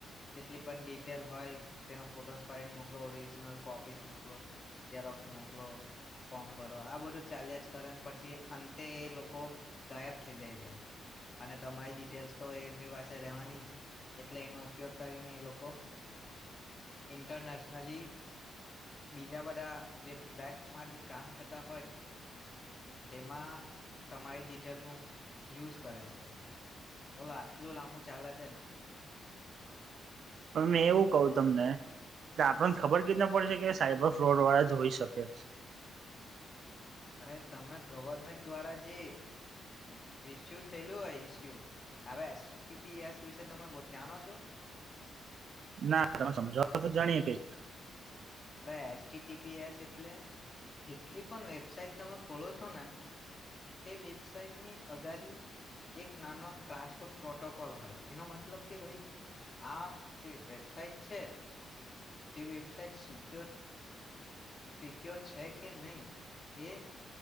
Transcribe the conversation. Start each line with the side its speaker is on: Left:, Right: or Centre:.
Left: જેટલી પણ ડિટેલ હોય તેનો ફોટોસ પાડીને મોકલો ઓરિજનલ કોપીસ મોકલો ઝરોક્સ મોકલો ફોર્મ ભરો આ બધું ચાલ્યા જ કરે પછી અંતે એ લોકો ગાયબ થઈ જાય છે અને તમારી ડિટેલ્સ તો એમની પાસે રહેવાની જ એટલે એનો ઉપયોગ કરીને એ લોકો ઇન્ટરનેશનલી બીજા બધા જે બ્લેકમાં જે કામ થતા હોય તેમાં તમારી ડિટેલનું યુઝ કરે છે બોલો આટલું લાંબુ ચાલે છે
Right: હવે મે એવું કહ તમને એ આપણને ખબર કેવી રીત ના પડશે કે સાઈબર ફ્રોડ વાળા જ હોઈ શકે
Left: અરે તમે ગવમેન્ટ દ્વારા જે રિસ્યુ થયેલું હોય ઈસ્યુ હવે એસપી એસ વિશે તમે જાણો છો
Right: ના તમે સમજાવ તો જાણીએ કઈક
Left: અરે એસટી ટીપી એસ એટલે જેટલી પણ વેબસાાઈટ તમે ખોલો છો ને તે વેબસાાઈટની અગારી એક નાનો ટ્રાન્સપોર્ટ પ્રોટોકોલ હોય એનો મતલબ કે ભાઈ આ જે વેબસાઈટ છે તે વેબસાઇટ સિક્યોર સિક્યોર છે કે નહીં એ